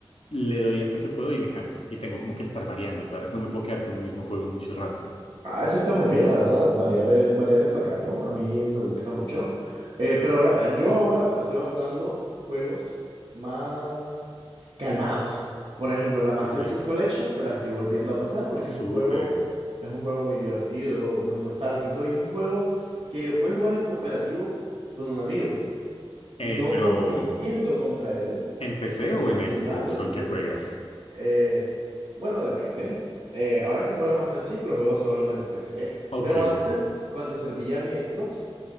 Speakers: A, on the left (about 80°); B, on the right (about 65°).
A: le doy hasta que puedo y me canso y tengo como que estar variando, ¿sabes? No me puedo quedar con un mismo juego mucho rato.
B: Ah, eso está muy bien, la verdad. Variar es, variar es bacano. A mí me gusta mucho. Eh, pero ahora, eh, yo ahora estoy adoptando juegos más calmados. Por ejemplo, la Master
A: Ok.
B: Chief Collection me la estoy volviendo a pasar porque es
A: Súper.
B: un juego, es un juego muy divertido, muy nostálgico y es un juego que puedes jugar en cooperativo con un amigo,
A: Eh,
B: no
A: pero,
B: compitiendo contra él,
A: ¿en PC
B: sino
A: o en
B: jugando
A: Xbox
B: con
A: o en qué
B: él.
A: juegas?
B: Eh, bueno, depende. Eh, ahora que juego la Master Chief, lo juego solo en el PC.
A: Ok,
B: Pero antes, cuando servía mi Xbox,